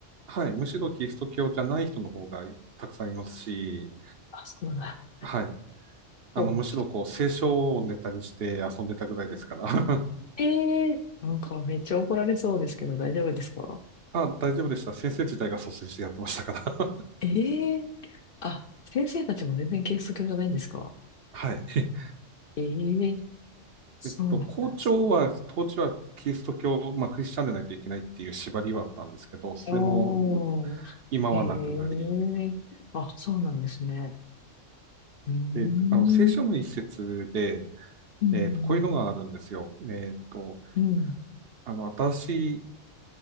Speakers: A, on the right; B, on the left.
A: はい。むしろキリスト教じゃない人の方がたくさんいますし、
B: あ、そうなんだ。
A: はい。
B: ほう
A: あの、むしろこう、聖書をネタにして遊んでたぐらいですから。<laughs>
B: ええなんかめっちゃ怒られそうですけど大丈夫ですか
A: あ、大丈夫でした。先生自体が率先してやってましたから。
B: ええあ、先生たちも全然キリスト教じゃないんですか
A: <laughs> はい。
B: ええそうなんだ。
A: えっと、校長は、
B: そう
A: 当時はキリスト教、まあ、クリスチャンでないといけないっていう縛りはあったんですけど、それも
B: お
A: 今はなくなり、
B: ー、ええあ、そうなんですね。うーん、
A: で、あの、聖書の一節で、
B: うん、
A: えっと、こういうのがあるんですよ。えっと、
B: うん、うん、
A: あの、新し